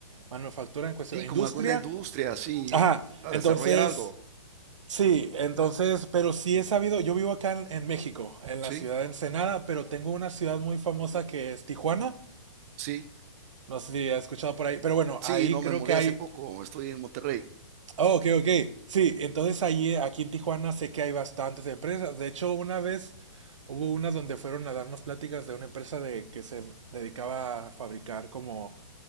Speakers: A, on the right; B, on the right.
A: Manufactura en cuestión,
B: Sí, como
A: industria.
B: alguna industria, sí,
A: Ajá,
B: a
A: entonces,
B: desarrollar algo.
A: sí, entonces, pero sí he sabido, yo vivo acá en, en México, en
B: Sí,
A: la ciudad de Ensenada, pero tengo una ciudad muy famosa que es Tijuana.
B: sí,
A: No sé si has escuchado por ahí, pero bueno, ahí
B: sí, no
A: creo
B: me mudé
A: que hay...
B: hace poco, estoy en Monterrey.
A: Oh, ok, ok. Sí, entonces allí aquí en Tijuana sé que hay bastantes empresas. De hecho, una vez hubo una donde fueron a darnos pláticas de una empresa de que se dedicaba a fabricar como